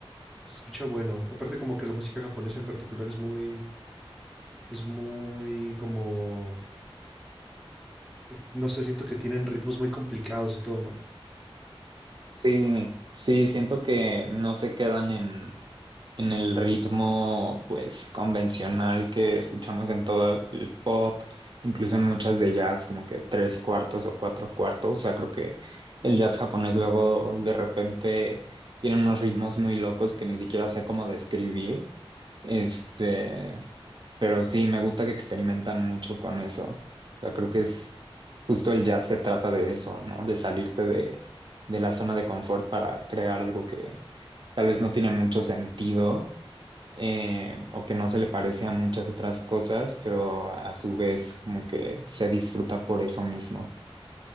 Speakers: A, in the centre; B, on the right.
A: se escucha bueno. Aparte como que la música japonesa en particular es muy, es muy como, no sé, siento que tienen ritmos muy complicados y todo, ¿no?
B: Sí, sí, siento que no se quedan en, en el ritmo pues convencional que escuchamos en todo el pop, incluso en muchas de jazz, como que tres cuartos o cuatro cuartos. O sea, creo que el jazz japonés luego de repente tiene unos ritmos muy locos que ni siquiera sé cómo describir. Este, pero sí, me gusta que experimentan mucho con eso. O sea, creo que es justo el jazz se trata de eso, ¿no? De salirte de, de la zona de confort para crear algo que tal vez no tiene mucho sentido eh, o que no se le parece a muchas otras cosas, pero a su vez como que se disfruta por eso mismo.